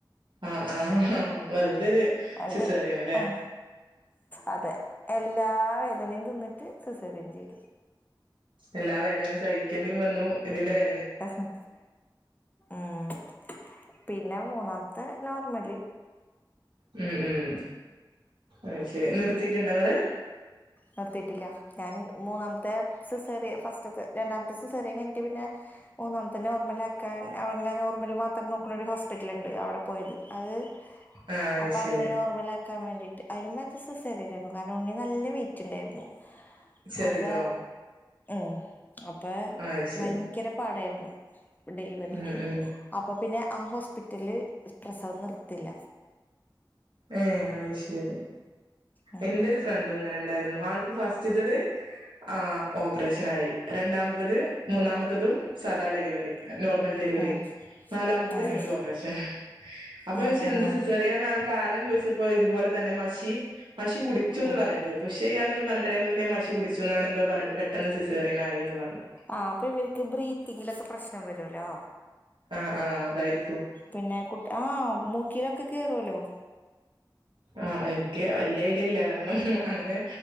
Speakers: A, on the right; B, on the left.
A: ആഹ് ആഹ് വെറുതെഒരു
B: എന്നിട്ട്
A: സിസേറിയൻ അല്ലേ
B: ആഹ് അതെ എല്ലാ വേദനയും തിന്നിട്ട് സിസേറിയൻ ചെയ്ത്
A: എല്ലാ വേദനയും സഹിക്കേണ്ടി വന്നു ഇതിന്റെ വേ
B: ഉം ആഹ് പിന്നെ മൂന്നാം എ നോർമല്
A: ഉം ഉം അയ്ശരി നിർത്തിട്ടുണ്ടോങ്ങള്
B: നിർത്തിട്ടില്ല ഞാൻ മൂന്നാമത്തെ സിസേറിയൻ ഫസ് റ്റത്തെ രണ്ടാമത്തെ സിസേറിയൻ കഴിഞ്ഞിട്ട് പിന്നെ മൂന്നാമത്തെ നോർമലാക്കാൻ അവ് അങ്ങനെ നോർമല് മാത്രം നോക്കണ ഒരു ഹോസ്പിറ്റൽ ഉണ്ട് അവിടെ പോയത് അത്
A: ആഹ് അത്
B: അപ്പൊ
A: ശരി
B: അങ്ങനെ നോർമൽ ആക്കാൻ വേണ്ടി അയിലും മെച്ചം സിസേറിയൻ ആരുന്നു കാരണം ഉണ്ണി നല്ല വെയിറ്റ് ഉണ്ടാരുന്നു
A: ചെറുതോ
B: അപ ഉം അപ്പ
A: ആ അത് ശരി
B: ഭയങ്കര പാടാരുന്നു ഡെലിവറി
A: ഉം ഉം
B: അപ്പൊ പിന്നെ ആ ഹോസ്പിറ്റല് പ്രസവം നിർത്തില്ല
A: ഏഹ് അയ്ശെരി
B: ഉം
A: എൻ്റെരു ഫ്രണ്ടും ഇങ്ങനെതന്നാരുന്നു ആൾക്ക് ഫസ്റ്റ്തത് ആഹ് ഓപ്പറേഷനായി രണ്ടാമത്തത് മൂന്നാമത്തതും സദാ ഡെലിവറി നോർമൽ ഡെലിവറി
B: ഉം
A: നാലാമത്തത്
B: ഉം
A: വീണ്ടു ഓപ്പറേഷൻ അപ്പോ
B: ഉം
A: ചോയ്ച്ച്
B: ഉം
A: എന്ത്
B: ഉം
A: സിസേ അറിയാനാണ് കാരണം ചോദിച്ചപ്പോ ഇതുപോലെ തന്നെ മഷി മഷി കുടിച്ചുന്ന്
B: ഉം
A: പറഞ്ഞിട്ട് പുഷ്യയ്യാനൊന്നും പറഞ്ഞിട്ടില്ല അയിനു മുന്നേ മഷി കുടിച്ചു അങ്ങനെ എന്തോ പറഞ്ഞിട്ട് പെട്ടെന്ന് സിസേറിയൻ ആയിന്ന് പറഞ്ഞു
B: ആഹ് അപ്പ ഇവരിക്ക് ബ്രീത്തിങ്ങിലൊക്കെ പ്രശ്നം വരുല്ലോ
A: ആഹ് ആഹ് അതാരി
B: പിന്നെ കുട്ട് ആഹ് മൂക്കിലൊക്കെ കേറുവലോ
A: ആഹ് എനിക്ക് വല്യ ഐഡിയ ഇല്ല കാരണം ന്ന് അങ്ങനെ